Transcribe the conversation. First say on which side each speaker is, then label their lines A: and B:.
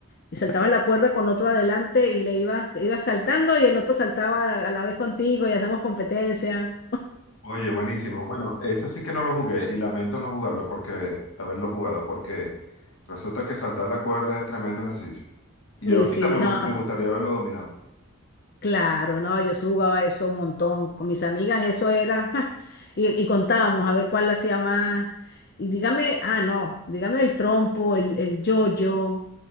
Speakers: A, on the left; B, on the left.
A: Y saltaba la cuerda con otro adelante y le iba, iba saltando y el otro saltaba a la vez contigo y hacemos competencia.
B: Oye, buenísimo. Bueno, eso sí que no lo jugué y lamento no jugarlo porque haberlo jugado porque resulta que saltar la cuerda es tremendo ejercicio. Y
A: Y
B: ahorita
A: sí,
B: me, gust-
A: no,
B: me gustaría
A: pues,
B: haberlo dominado.
A: Claro, no, yo sí jugaba eso un montón. Con mis amigas eso era, <laughs> y, y contábamos a ver cuál la hacía más. Y dígame, ah, no, dígame el trompo, el, el yo-yo,